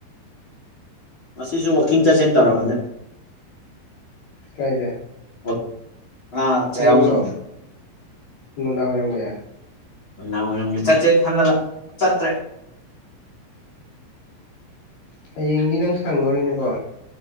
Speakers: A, on the left; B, on the left.
A: ꯉꯁꯤꯁꯨ ꯋꯥꯛꯀꯤꯡ ꯆꯠꯁꯤꯟ ꯇꯧꯔꯝꯕꯅꯦ꯫
B: ꯀꯥꯏꯗ꯫
A: ꯋꯛ ꯑꯥ ꯆꯩꯔꯥꯎꯆꯤꯡꯗ꯫
B: ꯑꯌꯨꯛꯂꯣ ꯅꯨꯡꯗꯥꯡ ꯋꯥꯏꯔꯝꯒꯦ꯫
A: ꯅꯨꯡꯗꯥꯡꯋꯥꯏꯔꯝꯒꯤ ꯆꯠꯁꯦ ꯈꯜꯒ ꯆꯠꯇ꯭ꯔꯦ꯫
B: ꯍꯌꯦꯡꯗꯤ ꯅꯪ ꯁꯪꯑꯔꯣꯏꯅꯦꯀꯣ꯫